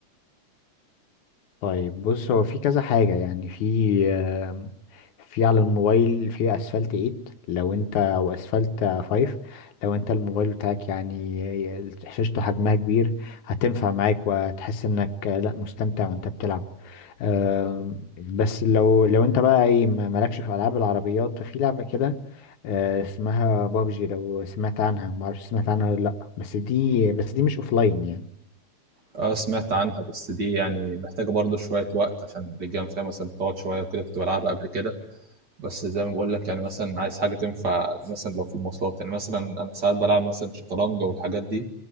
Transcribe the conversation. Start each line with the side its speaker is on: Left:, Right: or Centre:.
Left: طيب بص هو في كذا حاجة يعني في آم، في على الموبايل في اسفلت 8 لو انت او اسفلت 5 لو انت الموبايل بتاعك يعني شاشته حجمها كبير هتنفع معاك وهتحس انك آه، لا مستمتع وانت بتلعب آم، بس لو لو انت بقى ايه ما- مالكش في العاب العربيات ففي لعبة كده آه، اسمها بابجي لو سمعت عنها معرفش سمعت عنها ولا لا بس دي بس دي مش اوفلاين يعني
Right: اه سمعت عنها بس دي يعني محتاجة برضو شوية وقت عشان اللجام فيها مثلا بتقعد شوية وكده كنت بلعبها قبل كده بس زي ما بقول لك يعني مثلا عايز حاجة تنفع مثلا لو في مواصلات يعني مثلا أنا ساعات بلعب مثلا شطرنج والحاجات دي